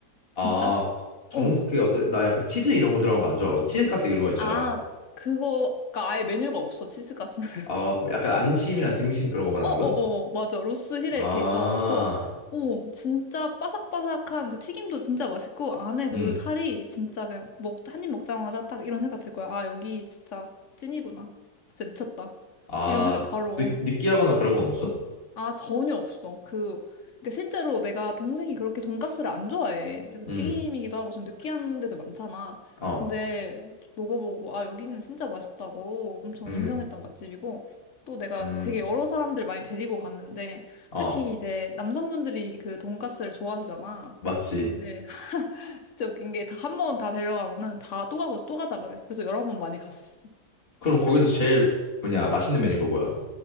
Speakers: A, on the left (about 35°); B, on the left (about 55°).
A: 아,
B: 진짜?
A: 정,
B: 어.
A: 그 어떤, 나 약간 치즈 이런 거 들어간 거 안 좋아하고, 치즈가스 이런 거 있잖아.
B: 아, 그거가 아예 메뉴가 없어, 치즈까스는.
A: 아, 약간 안심이랑 등심 그런 거 말하는
B: 어어어
A: 거야?
B: 맞아 로스 힐에
A: 아,
B: 이렇게 있어가지고 오 진짜 바삭바삭한 그 튀김도 진짜 맛있고 안에 그
A: 음.
B: 살이 진짜 그냥 먹 한 입 먹자마자 딱 이런 생각 들 거야 아 여기 진짜 찐이구나 진짜 미쳤다
A: 아,
B: 이런 생각 바로
A: 느,
B: 어.
A: 느끼하거나 그런 건 없어?
B: 아, 전혀 없어. 그, 그러니까 실제로 내가 동생이 그렇게 돈가스를 안 좋아해. 그
A: 음,
B: 튀김이기도 하고 좀 느끼한 데도 많잖아.
A: 어,
B: 근데 먹어보고, 아, 여기는 진짜 맛있다고 엄청
A: 음,
B: 인정했던 맛집이고, 또 내가
A: 음,
B: 되게 여러 사람들 많이 데리고 갔는데,
A: 어,
B: 특히 이제 남성분들이 그 돈가스를 좋아하시잖아.
A: 맞지.
B: 근데 <laughs> 진짜 웃긴 게 다 한 번 다 데려가면은 다 또 가고 또 가자 그래. 그래서 여러 번 많이 갔었어.
A: 그럼 거기서 제일 뭐냐, 맛있는
B: 응.
A: 메뉴가 뭐야?